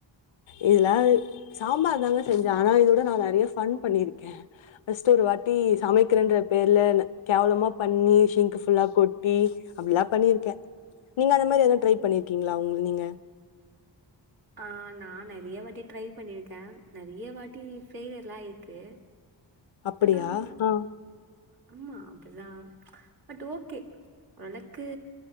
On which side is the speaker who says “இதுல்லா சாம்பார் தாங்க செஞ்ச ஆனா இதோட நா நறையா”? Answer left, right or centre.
Left